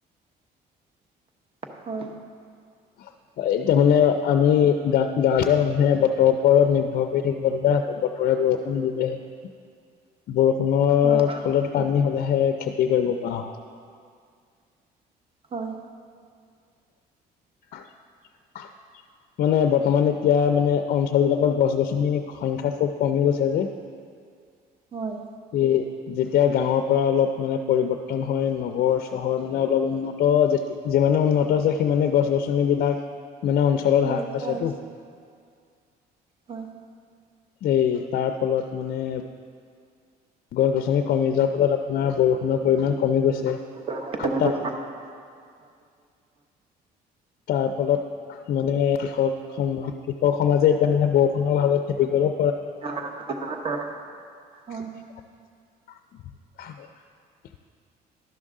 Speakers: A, on the right (about 35°); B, on the left (about 60°).
A: হয়
B: <inaudible> অ', এতিয়া মানে আমি গা-গাঁৱলীয়া মানুহে বতৰৰ ওপৰত নিৰ্ভৰ কৰি থাকিব লগগীয়া হ'ব। বৰষুণ দিলেহে। বৰষুণৰ
A: হয়
B: ফলত পানী হলেহে খেতি কৰিব পৰা হ'ব। <inaudible>
A: হয়
B: <inaudible> মানে বৰ্তমান এতিয়া মানে অঞ্চল বিলাকত গছ গছনিৰ সংখ্যা খুব কমি গৈছে যে <inaudible>
A: হয়।
B: ই যেতিয়া গাঁৱৰ পৰা অলপ মানে পৰিৱৰ্তন হয় নগৰ চহৰ মানে অলপ উন্নত <unintelligible> উন্নত যে সিমানে গছ গছনিবিলাক মানে অঞ্চলত
A: নাইকিয়া
B: হ্ৰাস পাইছেতো
A: হৈছে হয়। হয়।
B: এই তাৰ ফলত মানে গছ গছনি কমি যোৱাৰ ফলত আপোনাৰ বৰষুণৰ পৰিমাণ কমি গৈছে
A: হয়
B: <unintelligible> তাৰ ফলত মানে কৃষক সম কৃষক সমাজে এতিয়া মানে বৰষুণৰ অভাৱত খেতি কৰি <inaudible>
A: <unintelligible>
B: <inaudible>